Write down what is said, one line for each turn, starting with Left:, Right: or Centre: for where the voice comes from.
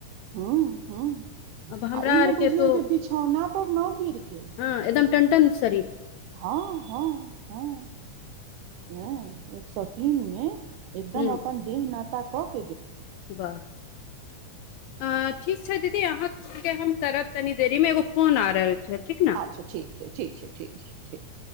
Right: हां हां
Left: अब हमरा
Right: आ इ
Left: आरके
Right: नै बुझियौ
Left: तो
Right: जे बिछौना पर न गिरके
Left: हँ एकदम टनटन शरीर
Right: हां हां हां, नै। एक सौ तीनमे एकदम
Left: हूँ
Right: अपन दिन नापि त कोख
Left: वाह, आ ठीक छै दीदी अहां सबके हम करब तनी देरी में एगो फोन आ रहल छै। ठीक ने
Right: अच्छा ठीक छै, ठीक छै, ठीक छै, ठीक।